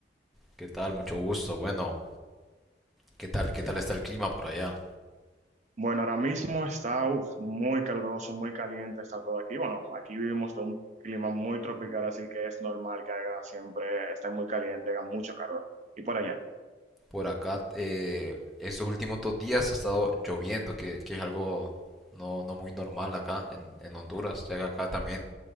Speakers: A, in the centre; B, on the right.
A: ¿Qué tal? Mucho gusto. Bueno, ¿qué tal? ¿Qué tal está el clima por allá?
B: Bueno, ahora mismo está uf, muy caluroso, muy caliente, está todo aquí. Bueno, aquí vivimos de un clima muy tropical, así que es normal que haga siempre, esté muy caliente, haga mucho calor. Y por allá,
A: Por acá, eh, estos últimos dos días ha estado lloviendo, que, que es algo no, no muy normal acá en, en Honduras, ya que acá también